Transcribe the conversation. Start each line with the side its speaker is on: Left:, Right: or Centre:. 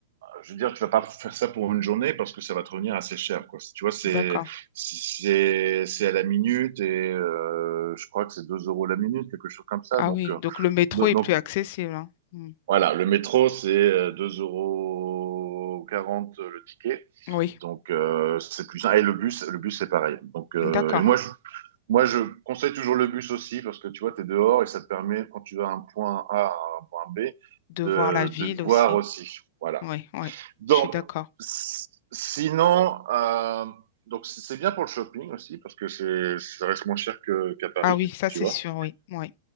Right: je veux dire, tu vas pas faire ça pour une journée parce que ça va te revenir assez cher, quoi. Tu vois, c'est
Left: D'accord.
Right: c'est c'est à la minute et euh, je crois que c'est 2 euros la minute, quelque chose comme ça.
Left: Ah
Right: Donc
Left: oui.
Right: euh,
Left: Donc le métro
Right: donc
Left: est plus accessible. hein. Hmm.
Right: Voilà, le métro, c'est euh, deux euros quarante euh, le ticket.
Left: Oui.
Right: Donc, euh, c'est plus simple. Et le bus, le bus, c'est pareil. Donc, euh,
Left: D'accord.
Right: et moi je, moi, je conseille toujours le bus aussi parce que tu vois, tu es dehors et ça te permet, quand tu vas à un point A à un point B,
Left: De
Right: de,
Left: voir la ville
Right: de voir
Left: aussi.
Right: aussi. Voilà.
Left: Oui, oui.
Right: Donc,
Left: Je suis d'accord.
Right: s- sinon, euh, donc c'est c'est bien pour le shopping aussi parce que c'est, ça reste moins cher que, qu'à Paris,
Left: Ah oui, ça c'est
Right: tu vois.
Left: sûr, oui. Oui.